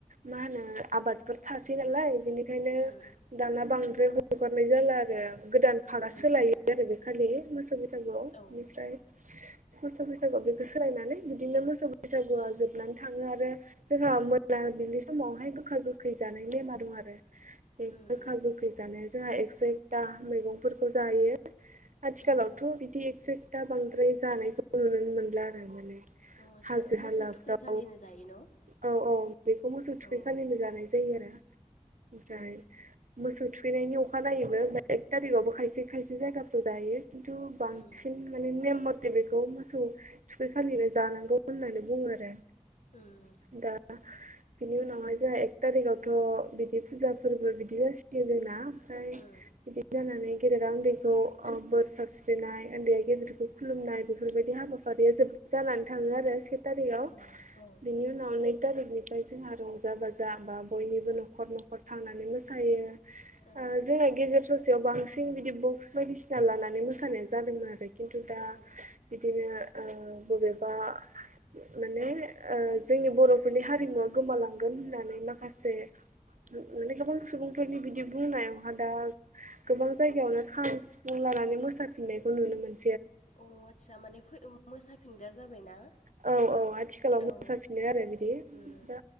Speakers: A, on the right; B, on the left.
A: मा होनो आबादफोर थासै नालाय बि ओंखायनो
B: उम
A: दाना बांद्राय हगारनाय जाला आरो गोदान पार्कआ
B: उम
A: सोलायो आरो बे खालि मोसौ बैसागुआवनिफ्राय
B: औ उम
A: मोसौ बैसागुआव बेखौ सोलायनानै बिदिनो मोसौ बैसागुआ हाबनानै थाङो आरो जोंहा मैला बिनि समावहाय गोखा गोखै जानायनि नेमा दं आरो बे
B: उम
A: गोखा
B: उम
A: गोखै जानाया जोंहा एकस' एकथा मैगंफोरखौ जाहैयो आथिखालावथ'
B: उम
A: बिदि एक्स एकटा बांद्राय जानायखौ नुनो मोनला आरो माने
B: अ आदसा
A: हाजो
B: मोसौ
A: हालाफ्राव
B: थुखै खालिनो जायो न'?
A: औ औ बेखौ मोसौ थुखै
B: अ उम
A: खालिनो जानाय जायो आरो ओमफ्राय मोसौ थुखैनायनि अखा जायोबोा एक थारिखआवबो खायसे खायसे जायगाफ्राव जायो खिनथु बांसिन
B: उम
A: माने नेम म थे बेखौ मोसौ थुखैखाालिनो जानांगौ होननानै बुङो आरो आं दा
B: उम
A: बिनि उनाव हाय जोंहा एक थारिखआवथ' बिदि फुजा फोरबो बिदि जासियो जोंना ओमफ्राय
B: उम
A: बिदि जानानै गेदेरा उन्दैखौ बोर ओ सारस्रिनाय उन्दैया गेदेरखौ खुलुमनाय बेफोरबायदि हाबाफारिया जोब जानानै थाङो आरो से थारिखआव
B: औ औ
A: बिनि उनाव नै थारिखनिफ्राय जोंहा रंजा बाजा बा बयनिबो न'खर न'खर थांनानै मोसायो
B: औ
A: ओ जोंहा गेजेर ससेयाव बांसिन बिदि बक्स बायदिसिना लानानै मोसानाय जादोंमोन आरो खिन्थु दा
B: उम
A: बिदिनो ओ बबेबा माने ओ जोंनि बर'फोरनि हारिमुवा गोमालांगोन होननानै माखासे माने गोबां सुबुंफोरनि बिदि बुंनायावहा दा गोबां जायगायावनो खाम सिफुं लानानै मोसाफिननायखौ नुनो मोनो
B: अ आटसा माने फेद मोसाफिनदा जाबायना?
A: औ औ आथिखालाव मोसाफिनो
B: औ
A: आरो बिदि
B: उम
A: दा